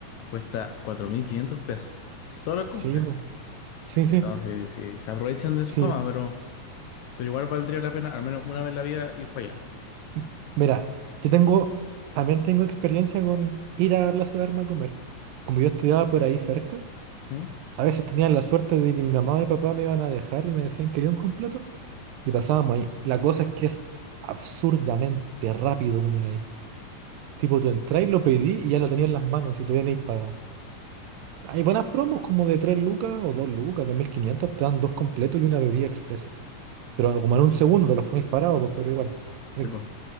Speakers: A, on the left; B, on the right.
A: cuesta 4.500 pesos. Solo el completo.
B: Sí, bro. Sí,
A: Eh,
B: sí.
A: No, si, si se aprovechan de
B: Sí.
A: su fama, pero, pero igual valdría la pena, al menos una vez en la vida, ir para allá.
B: M- Mira, yo tengo, también tengo experiencia con ir a Plaza de Armas a comer. Como yo estudiaba por ahí cerca,
A: ¿Mm?
B: a veces tenía la suerte de que mi mamá y mi papá me iban a dejar y me decían, ¿quería un completo? Y pasábamos ahí. La cosa es que es absurdamente rápido comer ahí. Tipo, tú entrás y lo pedí y ya lo tenía en las manos y todavía no hay pagado. Hay buenas promos como de 3 lucas o 2 lucas, 2.500 te dan dos completos y una bebida expresas. Pero como en un segundo te los comís parados, pues, pero igual, rico.
A: Tipo,